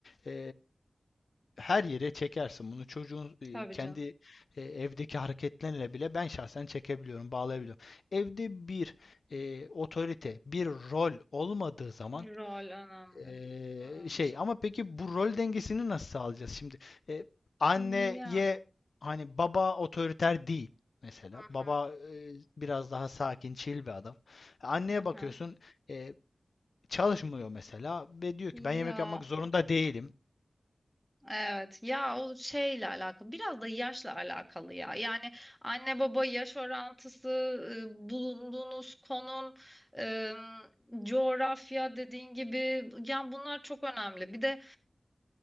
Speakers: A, on the left; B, in the centre.
A: e, her yere çekersin. Bunu çocuğun e,
B: Tabii
A: kendi
B: canım.
A: e, evdeki hareketlerle bile ben şahsen çekebiliyorum, bağlayabiliyorum. Evde bir e, otorite, bir rol olmadığı zaman
B: Rol önemli.
A: e,
B: Evet.
A: şey ama peki bu rol dengesini nasıl sağlayacağız şimdi? E, anneye
B: Ya.
A: hani baba otoriter değil mesela.
B: Hı
A: Baba
B: hı.
A: e, biraz daha sakin, chill bir adam. Anneye
B: Hı
A: bakıyorsun
B: hı.
A: e, çalışmıyor mesela ve diyor
B: Ya
A: ki ben yemek yapmak zorunda değilim.
B: evet ya o şeyle alakalı biraz da yaşla alakalı ya yani anne baba yaş orantısı e, bulunduğunuz konum e, coğrafya dediğin gibi yani bunlar çok önemli bir de